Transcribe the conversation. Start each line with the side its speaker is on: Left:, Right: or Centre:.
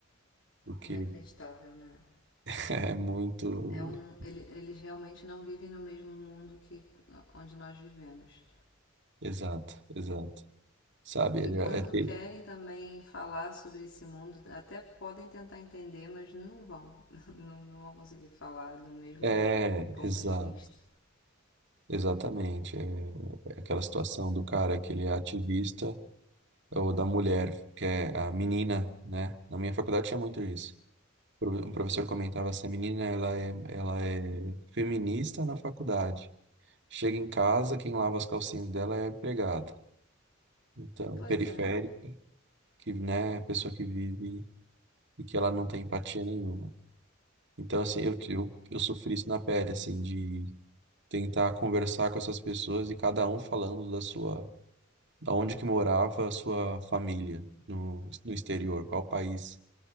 Right: Porque
Left: Inacreditável, né?
Right: <laughs> é muito
Left: É um, ele- eles realmente não vivem no mesmo mundo que onde nós vivemos.
Right: exato, exato. Sabe,
Left: E
Right: ele
Left: quando
Right: é, ter-
Left: querem também falar sobre esse mundo, até podem tentar entender, mas não vão. <laughs> Não, não vão conseguir falar do mesmo
Right: é,
Left: ponto
Right: exato,
Left: de vista.
Right: exatamente. É, é aquela situação do cara que ele é ativista ou da mulher que é a menina, né? Na minha faculdade tinha muito isso. Pro- Um professor comentava assim, a menina ela é, ela é feminista na faculdade. Chega em casa, quem lava as calcinhas dela é a empregada. Então,
Left: Pois
Right: periférica,
Left: é,
Right: que, né, é a pessoa que vive e que ela não tem empatia nenhuma. Então, assim, eu, eu, eu sofri isso na pele, assim, de tentar conversar com essas pessoas e cada um falando da sua, da onde que morava a sua família no, no exterior, qual país